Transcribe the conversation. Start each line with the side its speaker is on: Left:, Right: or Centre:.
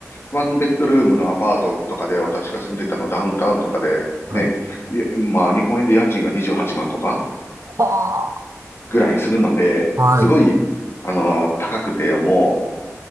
Left: ワンベッドルームのアパートとかで、私が住んでたのダウンタウンとかで、
Right: はい。
Left: ね、いやまあ日本円で家賃が28万とか
Right: は
Left: ぐらいするので、
Right: ー。はい。
Left: すごい、あのー高くて、も